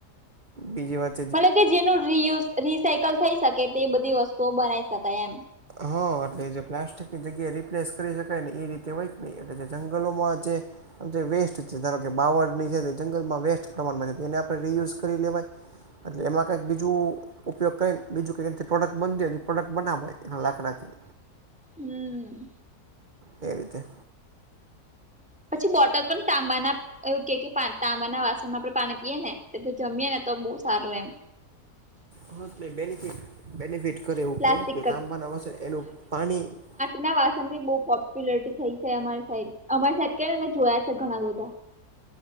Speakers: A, on the right; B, in the centre.
A: બીજી વાત- -
B: મતલબ કે જેનું રીયુઝ રીસાયકલ થઈ શકે તે બધી વસ્તુઓ બનાવી શકાય એમ.
A: હા એટલે જે પ્લાસ્ટિકની જગ્યાએ રિપ્લેસ કરી શકાય ને એ રીતે હોયક નહીં એટલે જે જંગલોમાં જે- - આ જે વેસ્ટ છે ધારો કે બાવરની છે જંગલમાં વેસ્ટ પ્રમાણમાં છે એને આપણે રિયુઝ કરી લેવાય- - એટલે એમાં કંઈક બીજું ઉપયોગ કરીને બીજું કઈક પ્રોડક્ટ બનતી હોઈ અને પ્રોડક્ટ બનાવાય. લાકડાથી
B: હમ
A: એ રીતે.
B: પછી બોટલ પણ તાંબાના- - એવું કે તાંબા ના વાસણમાં આપણે પાણી પીએ ને જમીએે ને તો બહુ સારું એમ.
A: હા એટલે બેનિફિટ બેનિફિટ કરે એવું
B: પ્લાસ્ટિક
A: કે કે તાંબાના વશે એનું પાણી- -
B: ના વાસન બી બહુ પોપ્યુલરટી થઈ છે અમારી સાઈડ અમારી સાઈડ કને અમે જોયા છે ઘણા બધા- -